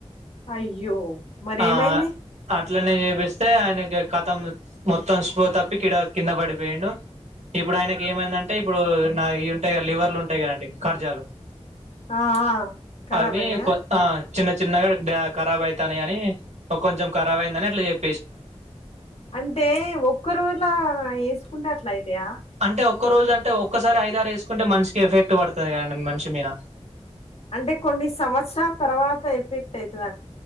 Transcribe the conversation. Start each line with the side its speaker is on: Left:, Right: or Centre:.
Left: అయ్యో మరేమైంది
Right: ఆ అట్లనే చేపిస్తే ఆయనకి కతం మొత్తం స్పృహ తప్పి కిడ కింద పడిపోయిండు ఇప్పుడు ఆయనకి ఏమైందంటే ఇప్పుడు నా ఇ ఉంటాయి కదా లివర్లు ఉంటాయి కదండి ఖర్జాలు
Left: ఆ ఆ కరాబ్
Right: అవి
Left: అయినయా
Right: కొ ఆ చిన్న చిన్నగా డ ఖరాబ్ అయితానయని కొంచెం ఖరాబ్ అయిందని అట్లా చె
Left: అంటే ఒక్క రోజులా ఎసుకుంటే అట్ల అయితయా
Right: అంటే ఒక్క రోజు అంటే ఒక్కసారి ఐదారు వేసుకుంటే మనిషికి ఎఫెక్ట్ పడుతది కదండి మనిషి మీన
Left: అంటే కొన్ని సంవత్సరాల తర్వాత ఎఫెక్ట్ అయితదం